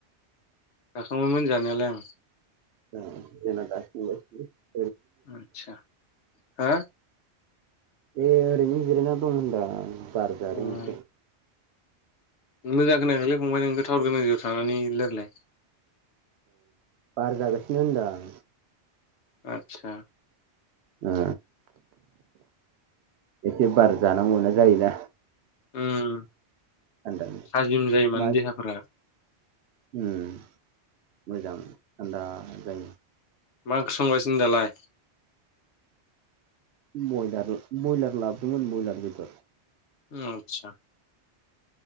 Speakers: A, on the left (about 80°); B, on the right (about 70°).
A: जाखांबायमोन जानायालाय आं
B: आ जोंना दासो संगासिनोलै
A: आदसा हा
B: ए ओरैनो जिरायना दं होनदां बार जादों
A: उम
B: एसे
A: मोजां खोनायाखैलाय फंबाय नोंनिखौ थावार गोनां जायगायाव थानानै रायलायलाय
B: बार जागसि होनदां
A: आतसा
B: ओ एसे बारा जानांगौ ना जायोना
A: उम
B: थानदानो
A: थाजिम जायो माने
B: मा
A: देहाफोरा
B: उम मोजां थान्दा जायो
A: मा ओंख्रि संगासिनो दालाय
B: बयलार बयलार लाबोदोंमोन बयलार बेदर
A: आतसा